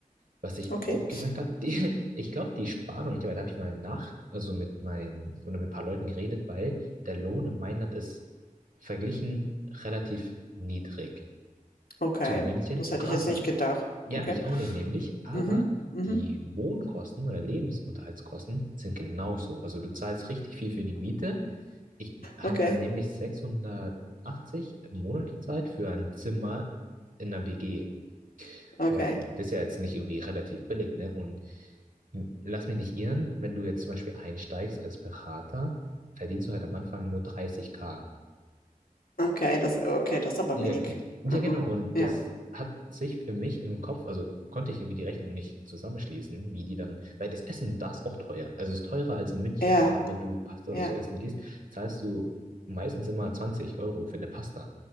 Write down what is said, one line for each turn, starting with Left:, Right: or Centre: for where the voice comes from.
Right: was ich
Left: Okay.
Right: auch gemerkt habe, die, <laughs> ich glaube, die sparen und ich dabei, da habe ich mal nach, also mit meinen, oder mit ein paar Leuten geredet, weil der Lohn in Mailand ist verglichen relativ niedrig
Left: Okay.
Right: zu München,
Left: Das hätte
Right: aber,
Left: ich jetzt nicht gedacht.
Right: ja,
Left: Okay.
Right: ich auch nicht nämlich, aber
Left: Mhm. Mhm.
Right: die Wohnkosten oder Lebensunterhaltskosten sind genauso. Also du zahlst richtig viel für die Miete ich habe
Left: Okay.
Right: dann nämlich 680 Monate Zeit für ein Zimmer in einer WG.
Left: Okay.
Right: Und das ist ja jetzt nicht irgendwie relativ billig, ne? Und m- lass mich nicht irren, wenn du jetzt zum Beispiel einsteigst als Berater, verdienst du halt am Anfang nur dreißig k
Left: Okay. Das, okay, das ist aber
Right: Ja,
Left: wenig.
Right: ge- ja,
Left: Aha.
Right: genau. Und
Left: Ja.
Right: das hat sich für mich im Kopf, also konnte ich irgendwie die Rechnung nicht zusammenschließen, wie die dann, weil das Essen da ist auch teuer. Also es ist teurer als in München.
Left: Ja.
Right: Vor allem, wenn du Pasta
Left: Ja.
Right: oder so essen gehst, zahlst du meistens immer 20 Euro für eine Pasta.